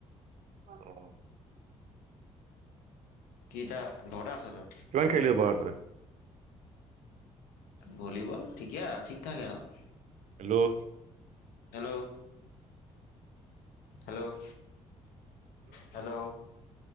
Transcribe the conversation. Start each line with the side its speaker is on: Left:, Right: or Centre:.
Right: অ
Left: কি এতিয়া ঘৰতে আছ তই
Right: কিমান খেলিৱ পাৰ তই
Left: ভলীবল ঠিকেই আৰু ঠিক ঠাক আৰু
Right: hello
Left: hello hello hello